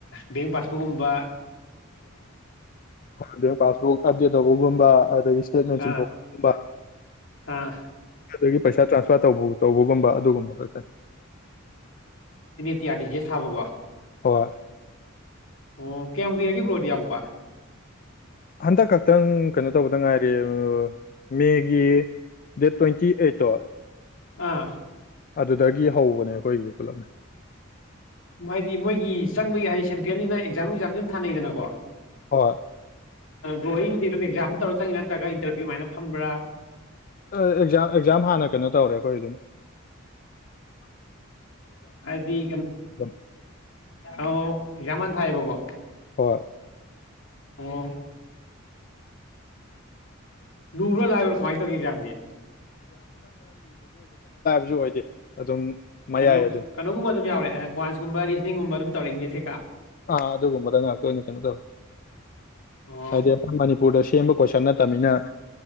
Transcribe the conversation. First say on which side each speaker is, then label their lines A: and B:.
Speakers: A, on the left; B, on the left.
A: ꯕꯦꯡ ꯄꯥꯁꯕꯨꯛꯀꯨꯝꯕ
B: ꯍꯣꯏ ꯄꯥꯁꯕꯨ ꯀꯥꯖꯦ ꯇꯧꯕꯒꯨꯝꯕ ꯑꯗꯒꯤ ꯏꯁꯇꯦꯠꯃꯦꯟ
A: ꯑꯥ
B: ꯆꯤꯡꯊꯣꯛꯄꯒꯨꯝꯕ
A: ꯑꯥ
B: ꯑꯗꯒꯤ ꯄꯩꯁꯥ ꯇ꯭ꯔꯥꯟꯁꯐꯔ ꯇꯧꯕꯒꯨꯝꯕ ꯑꯗꯨꯒꯨꯝꯕ ꯈꯛꯇꯅꯤ
A: ꯇꯤꯌꯥꯔꯤꯁꯦ ꯁꯥꯕꯀꯣ
B: ꯍ
A: ꯑꯣ ꯀꯌꯥꯝ ꯀꯏꯔꯒꯦ ꯕ꯭ꯔꯣꯗꯤ ꯌꯥꯎꯕ
B: ꯍꯟꯗꯛ ꯈꯛꯇꯪ ꯀꯩꯅꯣ ꯇꯧꯕꯗ ꯉꯥꯏꯔꯤꯦ ꯃꯦꯒꯤ ꯗꯦꯠ ꯇ꯭ꯋꯦꯟꯇꯤ ꯑꯩꯠꯇꯣ
A: ꯑꯥ
B: ꯑꯗꯨꯗꯒꯤ ꯍꯧꯕꯅꯦ ꯑꯩꯈꯣꯏꯒꯤ ꯄꯨꯂꯞꯅꯦ
A: ꯍꯥꯏꯗꯤ ꯃꯣꯏꯒꯤ ꯆꯪꯕꯒꯤ ꯍꯥꯏꯗꯤ ꯁꯦꯟꯇ꯭ꯔꯦꯜꯅꯤꯅ ꯑꯦꯛꯖꯥꯝ ꯋꯛꯖꯥꯝꯁꯨ ꯌꯥꯝꯝ ꯊꯥꯅꯩꯗꯅꯀꯣ
B: ꯍ
A: ꯑꯣ ꯒꯣ ꯑꯩꯒꯤꯗꯤ ꯑꯗꯨꯝ ꯑꯦꯛꯖꯥꯝ ꯇꯧꯔ ꯆꯪꯉꯦ ꯅꯠꯇ꯭ꯔꯒ ꯏꯟꯇꯔꯚꯤꯌꯨꯃꯥꯏꯅ ꯐꯝꯕ꯭ꯔꯥ
B: ꯑꯦꯛꯖꯥꯝ ꯑꯦꯛꯖꯥꯝ ꯍꯥꯟꯅ ꯀꯩꯅꯣ ꯇꯧꯔꯦ ꯑꯩꯈꯣꯏ ꯑꯗꯨꯅ
A: ꯍꯥꯏꯗꯤ ꯀ
B: ꯑꯗꯨꯝ
A: ꯀ ꯑꯖꯃꯥꯟ ꯍꯥꯏꯥꯏꯕ ꯀꯣ
B: ꯍ
A: ꯑꯣ ꯂꯨꯕ꯭ꯔꯣ ꯂꯥꯏꯕ꯭ꯔꯣ ꯀꯣꯍꯥꯏ ꯇꯧ ꯀꯖ ꯌꯥꯝꯗꯦ
B: ꯨ ꯑꯣꯏꯗꯦ ꯑꯗꯨꯝ ꯃꯌꯥꯏ
A: ꯀꯩꯅꯣ
B: ꯑꯗꯨꯝ
A: ꯀꯩꯅꯣꯒꯕ ꯑꯗꯨꯝ ꯌꯥꯎꯔꯦꯩꯅ ꯀ꯭ꯟꯁꯀꯨꯝꯕ ꯔꯤꯖꯅꯤꯡꯒꯕ ꯑꯗꯨꯝ ꯇꯧꯔꯦ ꯏꯪꯂꯤꯁ ꯇ
B: ꯑꯥ ꯑꯗꯨꯒꯨꯝꯕꯗ ꯉꯥꯛꯇ ꯑꯣꯏꯅ ꯀꯩꯅꯣ ꯇꯧꯋꯤ
A: ꯑꯣ
B: ꯍꯥꯏꯗꯤ ꯑꯩꯣꯏ ꯃꯅꯤꯄꯨꯔꯗ ꯁꯦꯝꯕ ꯀꯣꯏꯁꯟ ꯅꯠꯇꯕꯅꯤꯅ